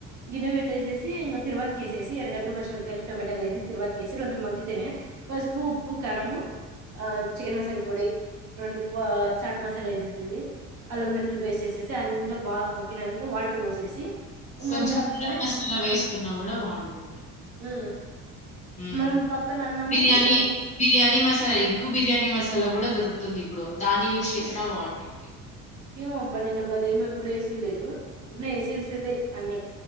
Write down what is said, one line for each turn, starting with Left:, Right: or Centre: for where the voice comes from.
Right: గిన్నె పెట్టేసేసి ఇంగా తిరువాతికేసేసి ఎరగడ్లు పచ్చిమిరకాయలు టొమాటాలు వేసేసి తిరువాతికేసి మగ్గి తేనె పసుపు, ఉప్పు, కారము చికెన్ మసాల పొడి రెండు చాట్ మసాలా వేసేసేది అల్లం వెల్లిలు వేస్ట్ చేసేసి అన్ని బాగా మగ్గినంక వాటర్ పోసేసి
Left: కొంచెం
Right: మనం పక్కనే
Left: గరం మసాలా వేసుకున్నా గూడా బావుంటుంది.
Right: ఉ
Left: హ్మ్.
Right: మనం పక్కన అన్నామును
Left: బిర్యానీ,
Right: ఉ
Left: బిర్యానీ మసాలా ఎగ్గు బిర్యానీ మసాలా కూడా దొరుకుతుంది, ఇప్పుడు దాన్ని యూజ్ చేసినా బాగుంటుంది.
Right: ఏమో అబ్బా నేను అబ్బా అదేమో ఎప్పుడు వేసింది లేదు ఉన్న వేసేసేదే అన్ని